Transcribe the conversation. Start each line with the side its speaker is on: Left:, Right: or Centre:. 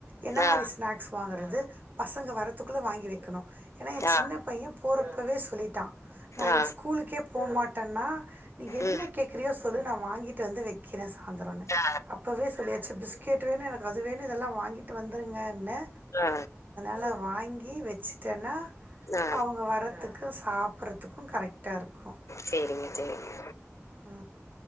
Right: என்ன மாரி
Left: ஆ,
Right: ஸ்நாக்ஸ் வாங்கறது பசங்க வரத்துக்குள்ள வாங்கி வைக்கணும் ஏன்னா என்
Left: ஆ,
Right: சின்ன பையன் போறப்பவே சொல்லிட்டான் நான் இன்னைக்கு
Left: ஆ,
Right: ஸ்கூலுக்கே போ மாட்டேன்னா நீ என்ன
Left: ம்.
Right: கேக்குறயோ சொல்லு நா வாங்கிட்டு வந்து வைக்கிறேன் சந்திரோனு
Left: ஆ,
Right: அப்பவே சொல்லியாச்சு பிஸ்கெட் வேணு எனக்கு அது வேணும் இதெல்லா வாங்கிட்டு வந்துருங்கன்னு
Left: ஆ,
Right: ல்லா வாங்கி வச்ச வச்சுட்டனா
Left: ஆ.
Right: அவங்க வரதுக் க்கு சாப் றத்துக்கும் கரெக்டா இருக்கும்
Left: சேரிங்க, சேரிங்க.
Right: உ